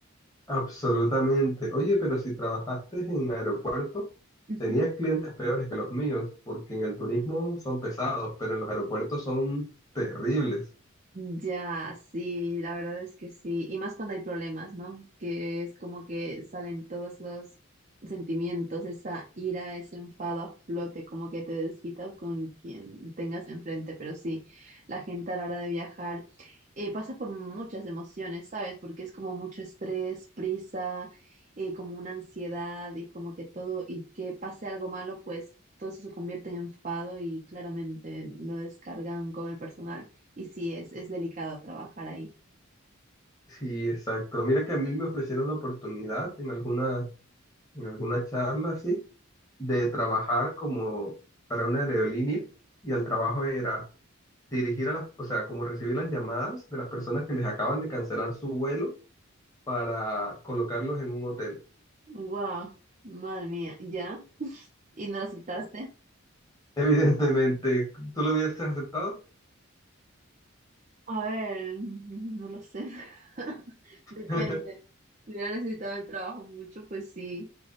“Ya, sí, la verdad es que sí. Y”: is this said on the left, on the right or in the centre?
Right